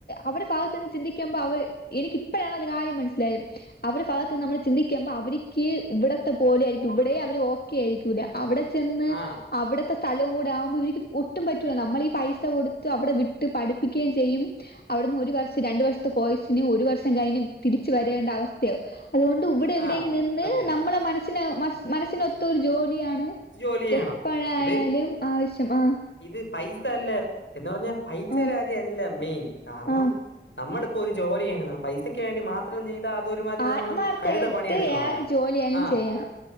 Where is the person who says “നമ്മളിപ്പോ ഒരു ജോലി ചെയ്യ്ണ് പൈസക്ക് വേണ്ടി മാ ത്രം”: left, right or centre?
Left